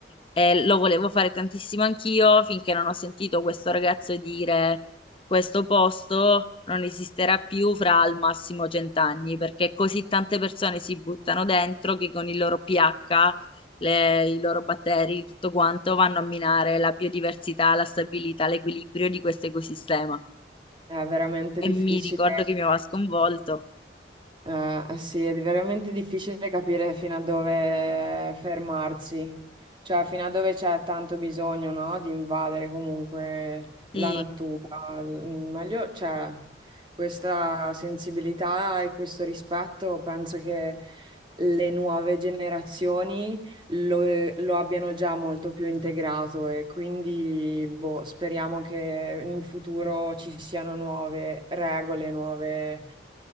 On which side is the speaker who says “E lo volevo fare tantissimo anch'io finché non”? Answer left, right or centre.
Left